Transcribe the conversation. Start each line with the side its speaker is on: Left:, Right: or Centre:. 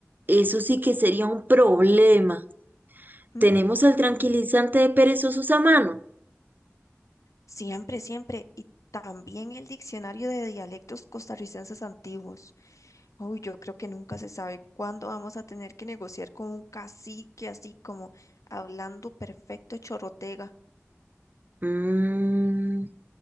Right: Eso sí que sería un problema.
Left: Mm,
Right: ¿Tenemos el tranquilizante
Left: mm.
Right: de perezosos a mano?
Left: Siempre, siempre. Y también el diccionario de dialectos costarricenses antiguos. Uy, yo creo que nunca se sabe cuándo vamos a tener que negociar con un cacique así como hablando perfecto chorrotega.
Right: Mm,